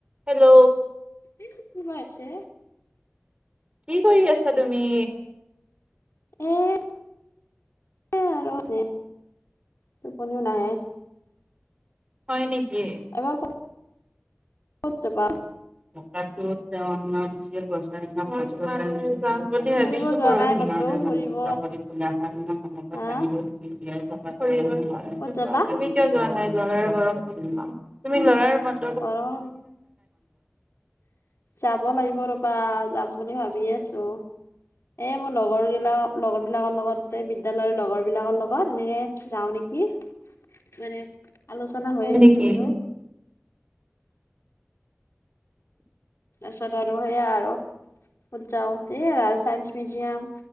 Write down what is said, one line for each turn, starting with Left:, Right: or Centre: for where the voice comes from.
Right: Hello.
Left: কি কিবা আছে।
Right: কি কৰি আছা তুমি?
Left: এইয়া আৰু এনেই, টোপনিও নাহে।
Right: হয় নেকি?
Left: এবাৰ ক'ত যাবা।
Right: দিছে, গছ যাম বুলি ভাবিছোঁ
Left: ফুৰিব
Right: পৰশিলে।
Left: যোৱা নাই ক'তো
Right: তুমি
Left: ফুৰিব
Right: কিয় যোৱা
Left: হা
Right: নাই? ল'ৰাৰ
Left: ক'ত
Right: ঘৰ,
Left: যাবা
Right: তুমি ল'ৰাৰ বক
Left: গৰম যাব লাগিব ৰ'বা, যাম বুলি ভাবিয়ে আছোঁ। এ মোৰ লগৰ বিলাক, লগৰ বিলাকৰ লগত। বিদ্যালয়ৰ লগৰ বিলাকৰ লগত এনেকে যাওঁ নেকি? কি! মানে আলোচনা হৈয়ে
Right: হয়
Left: আছে
Right: নেকি?
Left: বাৰু? তাৰপিছত আৰু হেইয়া আৰু। ক'ত যাওঁ, এই আৰু চাইন্স মিউজিয়াম